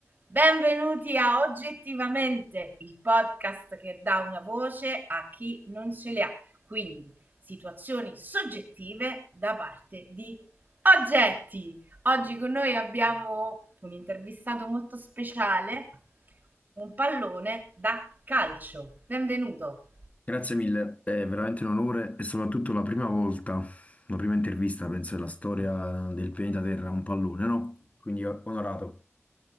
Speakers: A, on the right (about 40°); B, on the left (about 30°).
A: Benvenuti a Oggettivamente, il podcast che dà una voce a chi non ce le ha. Quindi situazioni soggettive da parte di oggetti. Oggi con noi abbiamo un intervistato molto speciale, un pallone da calcio. Benvenuto.
B: Grazie mille, è veramente un onore e soprattutto la prima volta, la prima intervista, penso, della storia del pianeta Terra, a un pallone, no? Quindi eh, onorato.